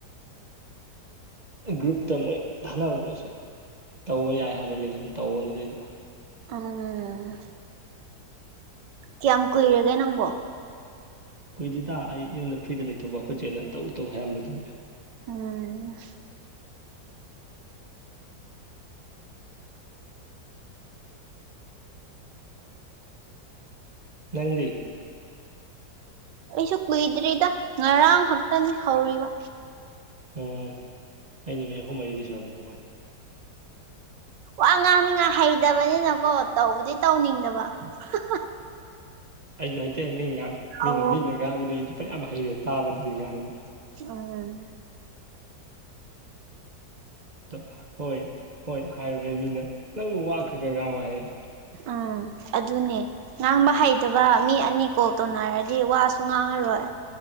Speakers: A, on the right (about 35°); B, on the right (about 80°).
A: ꯒ꯭ꯔꯨꯞꯇ ꯃꯣꯏ ꯊꯥꯟꯅꯕꯗꯨ ꯁꯨꯝ ꯇꯧꯕ ꯌꯥꯏ ꯍꯥꯏꯕ ꯃꯤꯗꯨ ꯁꯨꯝ ꯇꯧꯕꯅꯤ ꯑꯩꯖꯨ
B: ꯎꯝ ꯀꯌꯥꯝ ꯀꯨꯏꯔꯒꯦ ꯅꯪꯕꯣ
A: ꯀꯨꯏꯗꯤꯗ ꯑꯩ ꯌꯨꯝꯗ ꯐ꯭ꯔꯤꯗ ꯂꯩꯊꯣꯛꯄ ꯑꯩꯈꯣꯏ ꯆꯦꯅ ꯇꯧ ꯇꯧ ꯍꯥꯏꯔꯝꯕ ꯑꯗꯨꯒꯤ
B: ꯎꯝ
A: ꯅꯪꯗꯤ
B: ꯑꯩꯁꯨ ꯀꯨꯏꯗ꯭ꯔꯤꯗ ꯉꯔꯥꯡ ꯈꯛꯇꯅꯤ ꯍꯧꯔꯤꯕ
A: ꯎꯝ ꯑꯩ ꯅꯨꯃꯤꯠ ꯑꯍꯨꯝ ꯃꯔꯤꯗꯤ ꯁꯨꯔꯝꯃꯗꯧ ꯃꯥꯜꯂꯦ
B: ꯋꯥ ꯉꯥꯡꯅꯤꯡꯉ ꯍꯩꯇꯕꯅꯤꯅꯀꯣ ꯇꯧꯕꯗꯤ ꯇꯧꯅꯤꯡꯗꯕ ꯍꯍ
A: ꯑꯩꯖꯨ ꯍꯩꯇꯦ ꯃꯤ ꯉꯥꯡ ꯃꯤꯅ
B: ꯀꯧꯋꯣ
A: ꯃꯤꯅ ꯉꯥꯡꯕꯗꯩꯩ ꯑꯩꯖꯨ ꯐꯩꯅꯌꯥꯝ ꯍꯩꯔꯦ ꯇꯥꯕꯗꯩꯩ ꯉꯥꯡꯕ
B: ꯑꯪ
A: ꯇ ꯍꯣꯏ ꯍꯣꯏ ꯍꯥꯏꯔꯨꯕꯩ ꯃꯤꯅ ꯅꯪꯕꯨ ꯋꯥ ꯈꯔ ꯈꯔ ꯉꯥꯡꯉꯣ ꯍꯥꯏꯔꯑꯦ
B: ꯑ ꯑꯗꯨꯅꯦ ꯉꯥꯡꯕ ꯍꯩꯇꯕ ꯃꯤ ꯑꯅꯤ ꯀꯣꯜ ꯇꯣꯅꯔꯗꯤ ꯋꯥꯁꯨ ꯉꯥꯡꯉꯔꯣꯏ